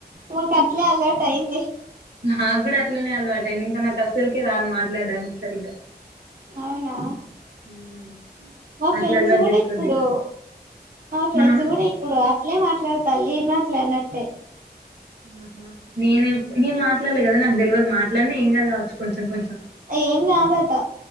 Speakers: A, on the right (about 50°); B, on the right (about 75°).
A: మాకు అట్నే అలవాటయింది
B: నాకు కూడా అట్లనే అలవాటు అయింది ఇంకా నాకు అసలకే రాని మాట్లాడడానికి సరిగ్గా
A: అవునా
B: ఉమ్.
A: మా ఫ్రెండ్స్
B: అట్లా అలవాటు
A: కూడా
B: చేసుకోవద్దు
A: ఇప్పుడు
B: ఇలా
A: మా ఫ్రెండ్స్
B: ఆహా
A: కూడా ఇప్పుడు అట్లే మాట్లాడుత తల్లి మాట్లనట్టే
B: ఆహ నేనే నేను మాట్లాడలే కదా నా తెలివదు మాట్లాడనే ఏం కావచ్చ కొంచెం కొంచెం
A: ఏం కాదట